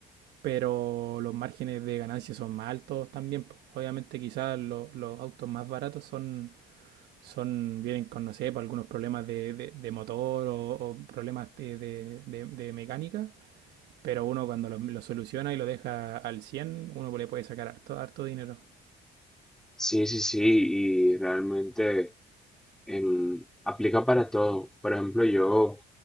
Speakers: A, on the right; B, in the centre.
A: pero los márgenes de ganancia son más altos también. po. Obviamente quizás lo- los autos más baratos son, son vienen con, no sé, por algunos problemas de, de- de motor o, o problemas de, de- de- de mecánica, pero uno cuando los los soluciona y lo deja al 100 uno le puede sacar harto, harto dinero.
B: Sí, sí, sí, y realmente... em, aplica para todo. Por ejemplo, yo